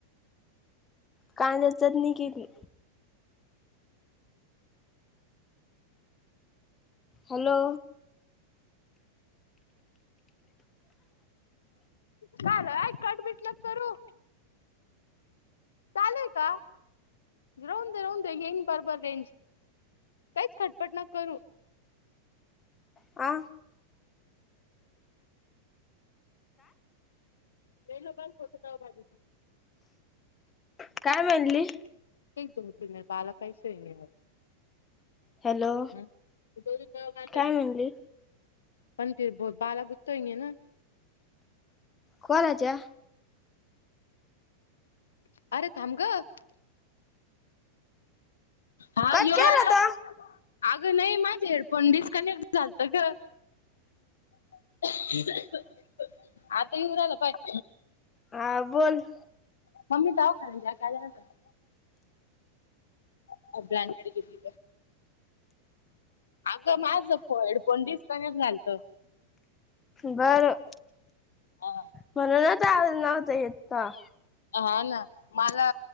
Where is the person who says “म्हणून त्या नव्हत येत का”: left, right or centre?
Left